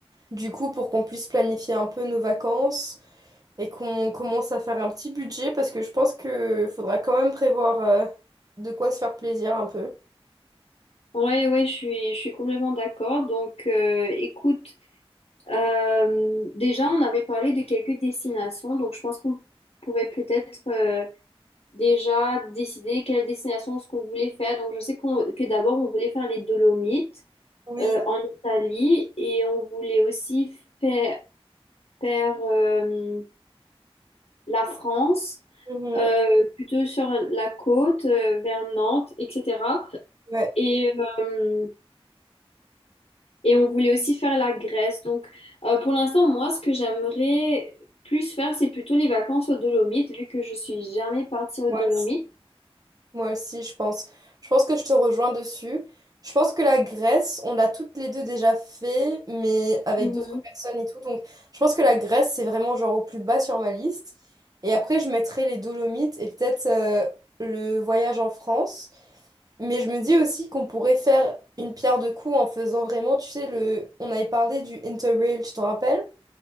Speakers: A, on the right; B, on the left.
A: Du coup, pour qu'on puisse planifier un peu nos vacances et qu'on commence à faire un petit budget, parce que je pense que faudra quand même prévoir euh, de quoi se faire plaisir un peu.
B: Ouais, ouais, je suis, je suis complètement d'accord. Donc, euh, écoute, euh, déjà, on avait parlé de quelques destinations, donc je pense qu'on pourrait peut-être euh, déjà décider quelle destination ce qu'on voulait faire. Donc, je sais qu'on, que d'abord, on voulait faire les Dolomites
A: Oui.
B: euh, en Italie et on voulait aussi faire, faire euh, la France.
A: Mhm.
B: euh, plutôt sur la côte, euh, vers Nantes, etc.
A: Ouais.
B: Et, euh, et on voulait aussi faire la Grèce. Donc, euh, pour l'instant, moi, ce que j'aimerais plus faire, c'est plutôt les vacances aux Dolomites, vu que je suis jamais partie aux
A: Ouais.
B: Dolomites.
A: Moi aussi, je pense. Je pense que je te rejoins dessus. Je pense que la Grèce, on l'a toutes les deux déjà fait, mais avec
B: Mhm.
A: d'autres personnes et tout. Donc, je pense que la Grèce, c'est vraiment genre au plus bas sur ma liste. Et après, je mettrai les Dolomites et peut-être euh, le voyage en France. Mais je me dis aussi qu'on pourrait faire une pierre de coups en faisant vraiment, tu sais, le... on avait parlé du Interrail, tu t'en rappelles?